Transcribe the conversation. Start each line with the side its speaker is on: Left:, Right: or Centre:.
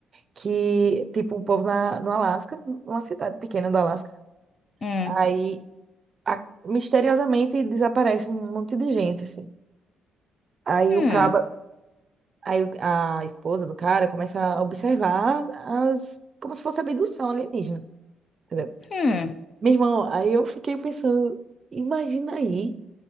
Right: que, tipo, o povo na, no Alasca, uma cidade pequena do Alasca,
Left: Hum,
Right: aí a- misteriosamente desaparece um monte de gente, assim. Aí
Left: hum,
Right: o caba, aí o- a esposa do cara começa a observar as, como se fosse abdução alienígena. entendeu?
Left: hum.
Right: Meu irmão, aí eu fiquei pensando, imagina aí,